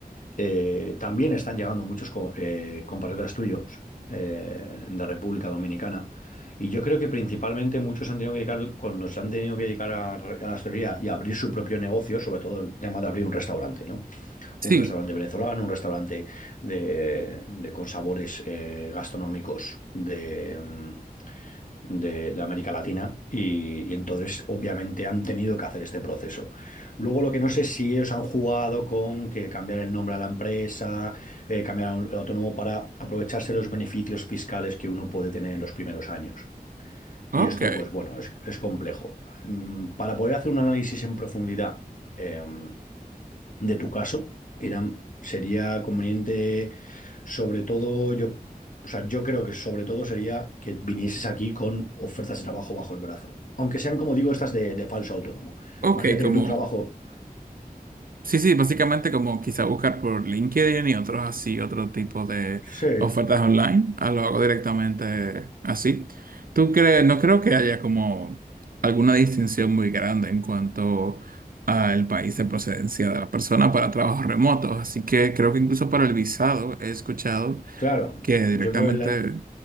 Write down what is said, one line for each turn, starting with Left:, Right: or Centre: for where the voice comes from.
Left: Eh, también están llegando muchos co- eh, compatriotas tuyos eh, de República Dominicana. Y yo creo que principalmente muchos han tenido que dedicar, cuando se han tenido que dedicar a, re- a la hostelería y a abrir su propio negocio, sobre todo el tema de abrir un restaurante, ¿no?
Right: sí,
Left: Un restaurante venezolano, un restaurante de, de- con sabores eh, gastronómicos de, mm, de, de América Latina y, y entonces obviamente han tenido que hacer este proceso. Luego lo que no sé es si ellos han jugado con que cambiar el nombre a la empresa, eh, cambiar a un- a autónomo para aprovecharse los beneficios fiscales que uno puede tener en los primeros años.
Right: ok,
Left: Y esto pues bueno, es, es complejo. Mm, Para poder hacer un análisis en profundidad, em, de tu caso, Irán, sería conveniente, sobre todo, yo, o sea, yo creo que sobre todo sería que vinieses aquí con ofertas de trabajo bajo el brazo. Aunque sean, como digo, estas de, de falso autónomo.
Right: ok,
Left: Imagínate
Right: como...
Left: que tu trabajo.
Right: Sí, sí, básicamente como quizá buscar por LinkedIn y otros así, otro tipo de
Left: Sí,
Right: ofertas online, ah, lo hago directamente así. ¿Tú crees? No creo que haya como alguna distinción muy grande en cuanto al país de procedencia de la persona para trabajos remotos, así que creo que incluso para el visado he escuchado
Left: claro.
Right: que directamente
Left: Yo creo que el,